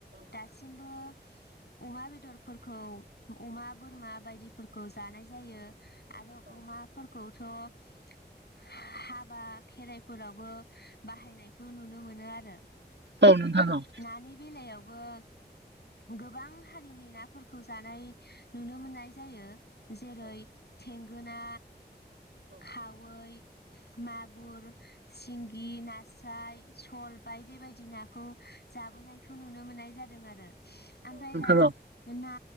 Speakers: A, on the left; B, on the right.
A: दासिमबो अमा बेदरफोरखौ अमा बोरमा बायदिफोरखौ जानाय जायो। आरो अमा फोरखौथ' हा-हाबा खेराइफोरावबो बाहायनाय खौ नुनो मोनो आरो।
B: औ नोंथां औ
A: नानि बेलायावबो गोबां हारिनि नाफोरखौ जानाय नुनो मोननाय जायो। जेरै थेंगोना खा वै मागुर सिंगि नास स्राय सल बायदि बायदि नाखौ जाबोनायखौ नुनो मोननाय जादों आरो। ओमफ्राय दा
B: औ
A: ना